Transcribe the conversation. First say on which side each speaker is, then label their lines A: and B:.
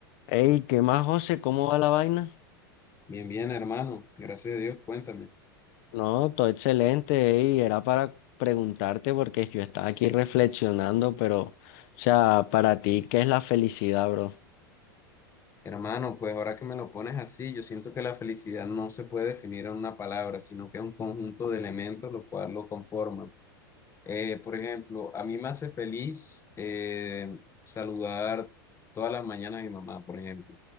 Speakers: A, on the left (about 55°); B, on the left (about 20°).
A: Ey, ¿qué más, José? ¿Cómo va la vaina?
B: Bien, bien, hermano. Gracias a Dios. Cuéntame.
A: No, todo excelente, ey, era para preguntarte porque yo estaba aquí reflexionando, pero, o sea, para ti, ¿qué es la felicidad, bro?
B: Hermano, pues ahora que me lo pones así, yo siento que la felicidad no se puede definir en una palabra, sino que es un conjunto de elementos lo cual lo conforman. Eh, por ejemplo, a mí me hace feliz eh, saludar todas las mañanas a mi mamá, por ejemplo.